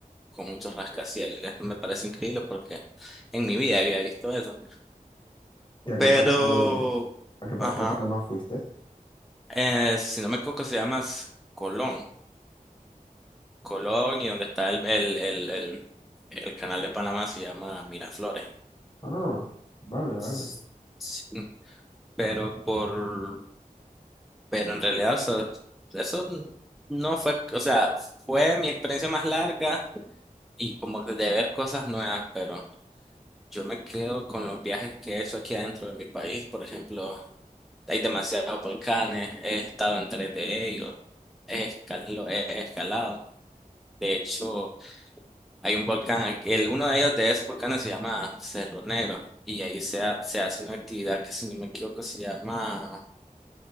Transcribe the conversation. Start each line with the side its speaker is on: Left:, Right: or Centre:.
Centre: con muchos rascacielos. Esto me parece increíble porque en mi vida había visto eso.
Left: a
Centre: Pero,
Left: qué parte, a qué parte
Centre: ajá,
Left: de Panamá fuiste?
Centre: eh, si no me equivoco se llama S- Colón. Colón y donde está el, el, el, el, el canal de Panamá se llama Miraflores.
Left: Ah, vale, vale.
Centre: Sí, Pero por Pero en realidad, o sea, eso no fue, o sea, fue mi experiencia más larga y como que de ver cosas nuevas, pero yo me quedo con los viajes que he hecho aquí adentro de mi país. Por ejemplo, hay demasiados volcanes, he estado en tres de ellos, he escalado, he escalado. De hecho, hay un volcán, aquí- el, uno de ellos de esos volcanes se llama Cerro Negro y ahí se, ha- se hace una actividad que si no me equivoco se llama